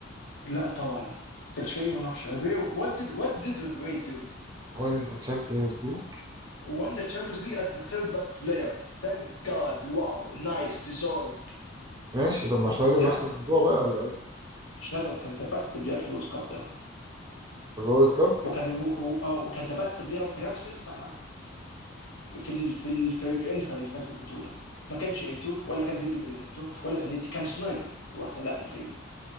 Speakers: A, on the left; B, on the right.
A: لا طبعا كان شويه مناقشه ريبيري what did what did Ribery do
B: وين ذا تشامبيونز ليج
A: won the Champions League as the third best player thank God wow nice deserved
B: ماشي طب ما شنايدر
A: ساعة
B: نفس الموضوع بقى ولا ايه
A: شنايدر كان the best player في الورد كاب ده
B: الورلد كاب
A: وكان آه، وكان the best player في نفس السنه في ال- في ال- في, في انتر اللي فاز بالبطوله ما كانش ايتو ولا كان ديجو ميليتو ولا زانيتي كان شنايدر هو احسن لاعب في الفريق